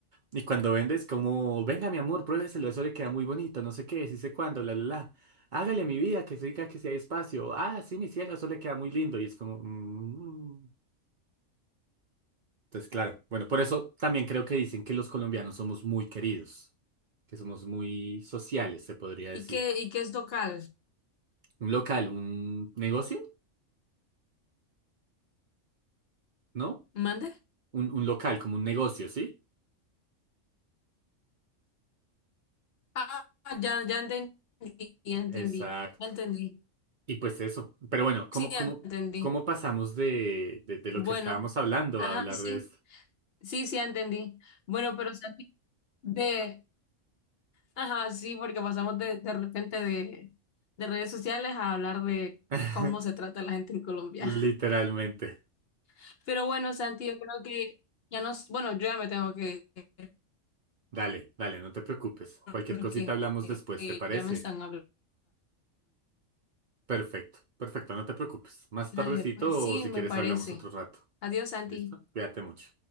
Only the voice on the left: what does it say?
¿Y qué, y qué es local?
¿Mande?
Ah, ah, ya, ya entendí, ya entendí,
ya entendí.
Sí, ya
entendí.
Bueno,
ajá,
sí, sí,
sí, sí, ya entendí. Bueno, pero Santi, de, ajá, sí, porque pasamos de, de repente de, de redes sociales a hablar de
cómo se trata la gente en Colombia.
<laughs> Pero bueno, Santi, yo creo que ya nos, bueno, yo ya me tengo que ir.
porque
eh,
eh,
ya me están hablando.
Dale,
pues sí,
me
parece.
Adiós, Santi.